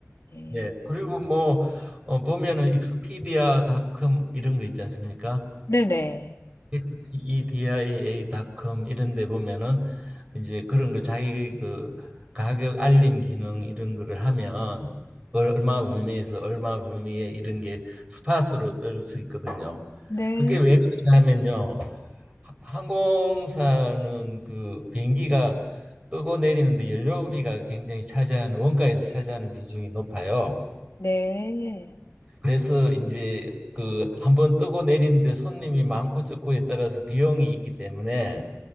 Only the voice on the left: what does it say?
네.
네네.
네.
네.